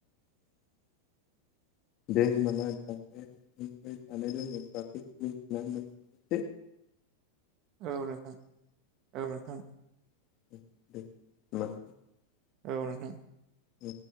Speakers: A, on the left; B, on the right.
A: दे होनबा नोंथां जानाय लोंनायनि ब मिथिना मोन <unintelligible>
B: औ नोंथां औ नोंथां
A: <unintelligible>
B: औ नोंथां
A: उ